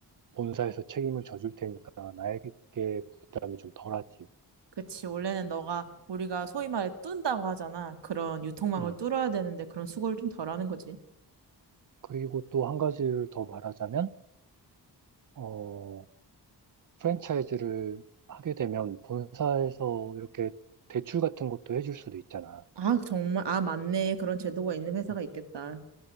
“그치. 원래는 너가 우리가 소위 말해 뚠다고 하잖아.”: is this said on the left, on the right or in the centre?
Right